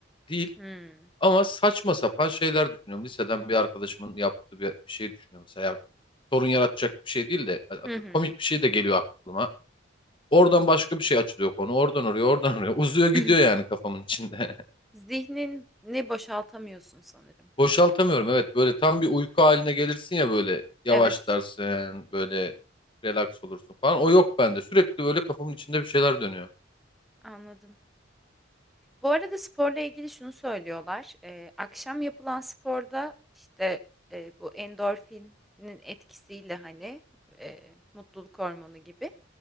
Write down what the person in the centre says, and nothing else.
Hmm.
Hı hı.
<laughs>
Zihnini boşaltamıyorsun sanırım.
Evet,
anladım. Bu arada sporla ilgili şunu söylüyorlar. Ee, akşam yapılan sporda işte e, bu endorfinin etkisiyle hani e, mutluluk hormonu gibi.